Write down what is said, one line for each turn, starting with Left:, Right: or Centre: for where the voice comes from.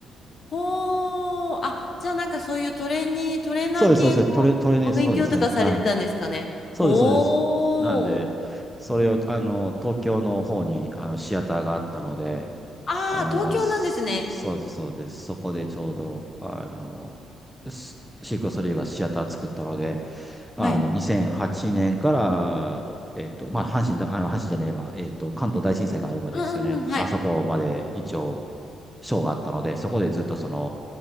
Left: ほー、あ、じゃあなんかそういうトレーニー、トレーナー系の
Centre: そうです、そうです。トレ、トレーニング、
Left: お勉強とかされてたんですかね。
Centre: そうですね。はい。そうです、
Left: ほー、
Centre: そうです。なんで、それを、あの、東京の方に、あの、シアターがあったので、
Left: ああ、
Centre: あの、
Left: 東京なんですね。
Centre: すそうです、そうです。そこでちょうど、あの、すシークレットリーがシアター作ったので、あの、
Left: はい
Centre: 2008年から、えっと、まあ、阪神だ、あの、阪神じゃねえわ、えっと、関東大震災があるまでですよね。
Left: うんうんうん、はい。
Centre: あそこまで一応、ショーがあったので、そこでずっとその、